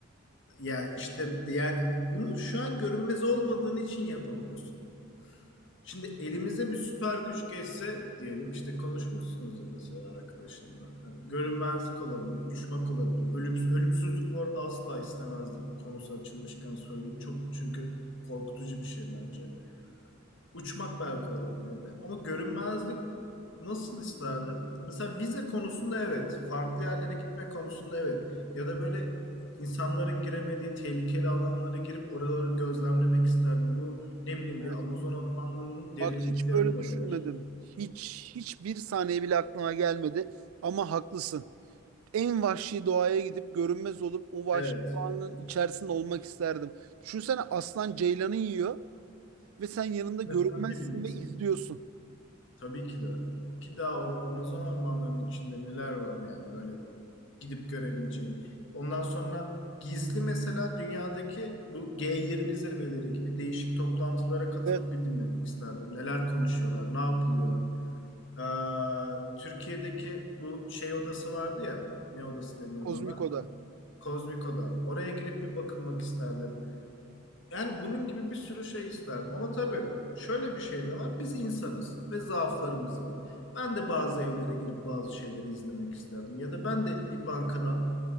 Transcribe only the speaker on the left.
ya işte yani bunu şu an görünmez olmadığın için yapamıyorsun. Şimdi elimize bir süper güç geçse diyelim işte konuşmuşsunuz ya mesela arkadaşınla. Hani görünmezlik olabilir, uçmak olabilir. Ölümsüz, ölümsüzlük bu arada asla istemezdim. Konusu açılmışken söyleyeyim. Çok çünkü korkutucu bir şey bence. Uçmak belki olabilirdi. Ama görünmezlik nasıl isterdim? Mesela vize konusunda evet. Farklı yerlere gitme konusunda evet. Ya da böyle insanların giremediği tehlikeli alanlara girip oraları gözlemlemek isterdim. Bu ne bileyim
bir Amazon ormanlarının derinlikleri
olabilir.
Evet.
Ve sen dibindesin.
Tabii ki de. Ki daha or- Amazon ormanlarının içinde neler var yani böyle gidip görebileceğin. Ondan sonra gizli mesela dünyadaki bu G20 zirveleri gibi değişik toplantılara katılıp
bir dinlemek isterdim. Neler konuşuyorlar, ne yapılıyor. Ee, Türkiye'deki bu şey odası vardı ya, ne odası deniyordu
ona?
Kozmik Oda. Oraya girip bir bakınmak isterdim. Yani bunun gibi bir sürü şey isterdim ama tabii şöyle bir şey de var. Biz insanız ve zaaflarımız var. Ben de bazı evlere girip bazı şeyleri izlemek isterdim. Ya da ben de bir bankadan